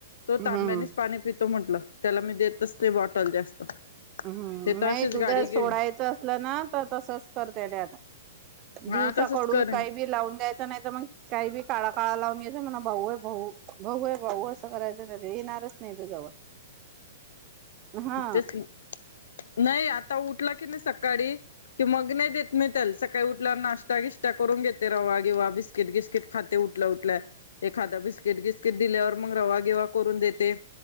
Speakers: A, on the left; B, on the right.
A: तो
B: हम्म
A: तांब्यानीच पाणी पीत तो म्हंटलं त्याला मी देतच ते बॉटल जास्त.
B: हम्म
A: ते तर
B: नाही
A: अशीच
B: दुध
A: गाडी घे
B: सोडायचं असलं ना तर तसच करते ते आता. दिवसा
A: हा तसच
B: कडू
A: करेन
B: काही बी लावून द्यायचं नाही तर, मगं काही बी काळा काळा लावून घ्याय म्हणा भाऊ आहे भाऊ भाऊ आहे भाऊ असं करायचं त येणारच. नाही जवळ हा...
A: तेच नाही आता उठला की नाही सकाळी कि मग नाही देत नाही त्याला सकाळी उठला नाश्ता वि.. करून घेते रवा बिवा बिस्किट बिस्कीट उठल्या उठल्या एखाद्या बिस्कीट दिल्यावर... मग रवागेवा करून देते..